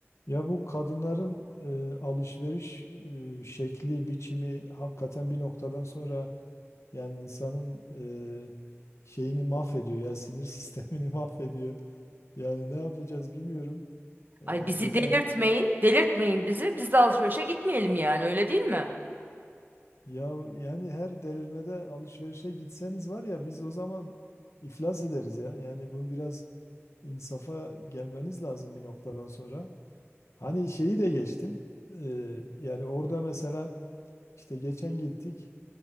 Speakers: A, on the left (about 80°); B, on the right (about 45°).
A: Ya bu kadınların e, alışveriş e, şekli, biçimi hakikaten bir noktadan sonra yani insanın e, şeyini mahvediyor ya sinir <laughs> sistemini mahvediyor. Yani ne yapacağız bilmiyorum. E,
B: Ay bizi
A: geçen
B: delirtmeyin, delirtmeyin bizi. Biz de alışverişe gitmeyelim yani, öyle değil mi?
A: ya yani her delirmede alışverişe gitseniz var ya biz o zaman iflas ederiz ya. Yani bu biraz insafa gelmeniz lazım bir noktadan sonra. Hani şeyi de geçtim. E, yani orada mesela işte geçen gittik.